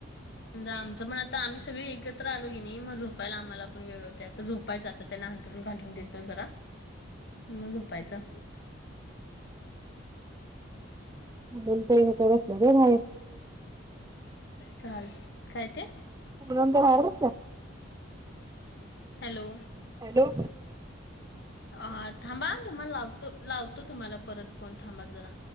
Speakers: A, on the left; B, on the right.
A: आमचं पण आता आम्ही सगळे एकत्र आलो की नी म झोपायला आम्हाला पण वेळ होते आता झो झोपायच आता त्यांना अंथरुण घालून देतो जरा म झोपायचं <inaudible>
B: म्हणून त्या इंटा घेतल्यात व्हय बाहेर
A: चाल काय ते
B: पूनम त्या बाहेर बघत्यात
A: हॅलो
B: हॅलो
A: हा थांबा हा तुम्हाला लावतो लावतो तुम्हाला परत फोन थांबा जरा